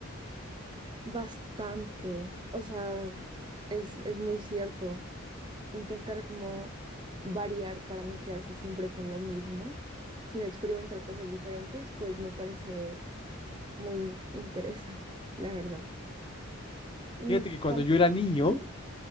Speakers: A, on the right; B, on the left.
A: Bastante. O sea, es, es muy cierto. Intentar como variar para no quedarse siempre con lo mismo, sino experimentar cosas diferentes, pues me parece muy interesante, la verdad. Y
B: Fíjate que cuando
A: tal
B: yo
A: como-
B: era niño,
A: Ujú.